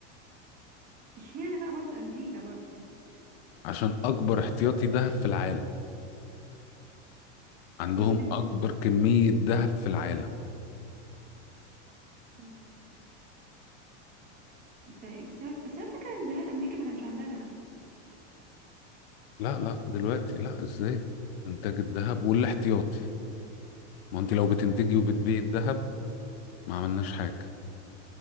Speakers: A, on the right (about 25°); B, on the left (about 55°).
A: اشمعنى بقى برضه امريكا برضه يعني
B: عشان اكبر احتياطي ذهب في العالم عندهم
A: بس ما...
B: اكبر كمية ذهب في العالم
A: مم. طيب، بس انا بس انا فاكرة ان زمان امريكا ما كانش عندها ذهب
B: لا لا دلوقتي لا ازاي انتاج الذهب
A: يعني
B: والاحتياطي ما انت لو بتنتجي وبتبيعي الذهب ما عملناش حاجة